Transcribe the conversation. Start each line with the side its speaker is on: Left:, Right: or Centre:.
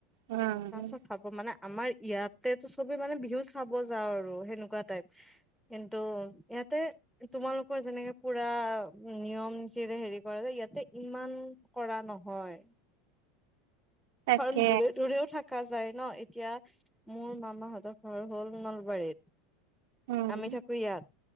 Right: উম
Centre: তাছত খাব মানে আমাৰ ইয়াতেতো চবে মানে বিহু চাব যাওঁ আৰু সেনেকুৱা টাইপ কিন্তু ইয়াতে তোমালোকৰ যেনেকে পুৰা নিয়ম চীৰে হেৰি কৰে যে ইয়াতে ইমান কৰা নহয়
Right: তাকে
Centre: কাৰণ দূৰে -দূৰেও থাক থাকা যায় ন' এতিয়া মোৰ মামাহঁতৰ ঘৰ হ'ল নলবাৰীত
Right: উম
Centre: আমি ঠাকু ইয়াত